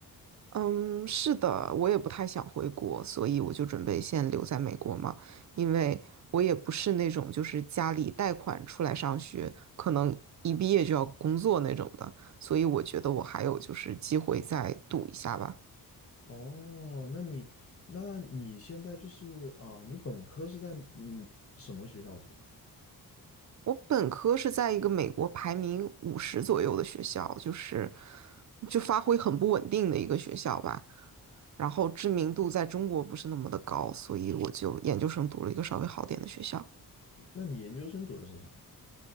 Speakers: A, on the right (about 50°); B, on the left (about 35°).
A: 嗯，是的，我也不太想回国，所以我就准备先留在美国嘛，因为我也不是那种就是家里贷款出来上学，可能一毕业就要工作那种的，所以我觉得我还有就是机会再赌一下吧。
B: 哦，那你那你现在就是啊、你本科是在嗯什么学校读的？
A: 我本科是在一个美国排名五十左右的学校，就是就发挥很不稳定的一个学校吧，然后知名度在中国不是那么的高，所以我就研究生读了一个稍微好点的学校。
B: 那你研究生读的是啥呢？